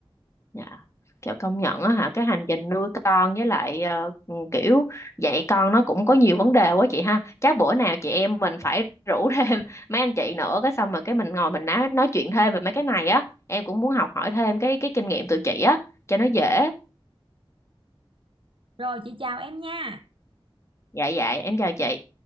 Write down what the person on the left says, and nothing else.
dạ kiểu công nhận á hả cái hành trình nuôi con với lại ờ, ừ, kiểu dạy con nó cũng có nhiều vấn đề quá chị ha chắc bữa nào chị em mình phải rủ <laughs> thêm mấy anh chị nữa cái xong rồi cái mình ngồi mình nói nói chuyện thêm về mấy cái này á em cũng muốn học hỏi thêm cái cái kinh nghiệm từ chị á cho nó dễ
dạ dạ em chào chị